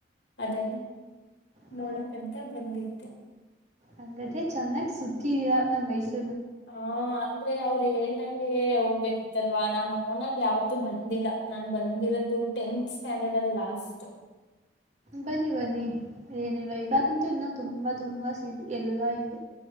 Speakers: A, on the left (about 65°); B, on the right (about 35°).
A: ಅದೆಲ್ಲ
B: ಹ
A: ನೋಡಕಂತ ಬಂದಿದ್ದೆ.
B: ಹಂಗಾದ್ರೆ ಚೆನ್ನಾಗ್ ಸುತ್ತಿದೀರಾ ನಮ್ ಮೈಸೂರು.
A: ಹ ಅಂದ್ರೆ ಅವ್ರು ಹೇಳ್ದಂಗೆ ಹೋಗ್ಬೇಕಿತ್ತಲ್ವಾ ನಾನು ಓನಾಗಿ ಯಾವತ್ತುೂ ಬಂದಿಲ್ಲ ನಾ ಬಂದಿರೋದ. <inaudible> ಟೆಂತ್ ಸ್ಟ್ಯಾಂಡರ್ಡ್ ಅಲ್ಲಿ ಲಾಸ್ಟು.
B: ಬನ್ನಿ ಬನ್ನಿ ಏನಿಲ್ಲ ಇವಾಗಂತೂ ಇನ್ನು ತುಂಬಾ ತುಂಬಾ ಸಿ ಎಲ್ಲಾ ಇದೆ.